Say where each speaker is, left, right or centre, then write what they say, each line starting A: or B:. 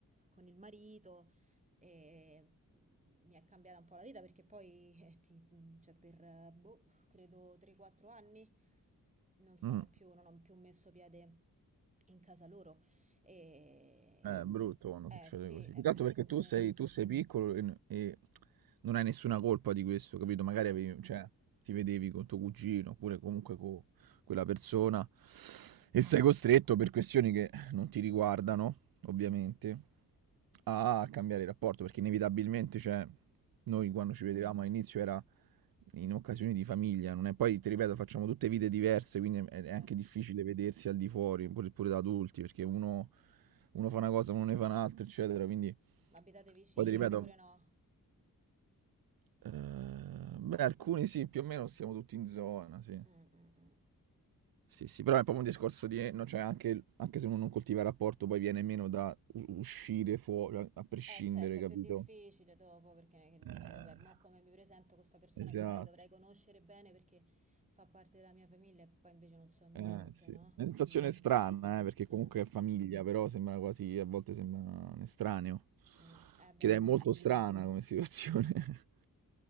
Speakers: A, on the right; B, on the right.
A: con il marito e mh, mi è cambiata un po' la vita perché poi eh, ti- mh, cioè per eh, boh, credo 3-4 anni, non sono
B: Mh.
A: più, non ho più messo piede in casa loro. E...
B: Eh, È brutto quando
A: Eh
B: succede
A: sì,
B: così.
A: è
B: Più che
A: brutto,
B: altro perché tu
A: sì.
B: sei, tu sei piccolo e, n- e non hai nessuna colpa di questo, capito? Magari
A: Mm,
B: avevi- cioè, ti vedevi con tuo cugino oppure comunque con quella persona e sei costretto per questioni che non ti riguardano, ovviamente, a cambiare il rapporto perché inevitabilmente, cioè, noi
A: mm,
B: quando ci vedevamo all'inizio era in occasioni di famiglia, non è? Poi ti ripeto, facciamo tutte vite diverse, quindi è
A: certo.
B: è anche difficile vedersi al di fuori, pure, pure da adulti, perché uno uno fa una cosa, uno ne fa un'altra, eccetera. Quindi,
A: Ma abitate vicini
B: poi ti ripeto,
A: oppure no?
B: eh, beh, alcuni sì, più o meno siamo tutti in zona, sì.
A: Mm, mm, mm.
B: Sì, sì, però è proprio un discorso di, no, cioè anche, anche se uno non coltiva il rapporto, poi viene meno da u- uscire fuori, a a prescindere,
A: Eh certo, è
B: capito?
A: più difficile dopo perché che dici,
B: Eh,
A: vabbè, mo come mi presento con questa persona
B: Esatto.
A: che magari dovrei conoscere bene perché fa parte della mia famiglia e poi invece non so niente,
B: Eh, sì.
A: no?
B: Una sensazione
A: Sì, ci
B: strana,
A: sta.
B: eh, perché
A: Eh,
B: comunque è famiglia, però sembra quasi, a volte sembra un estraneo.
A: mm. Eh,
B: Che
A: beh,
B: è molto
A: sì.
B: strana come situazione. <laughs>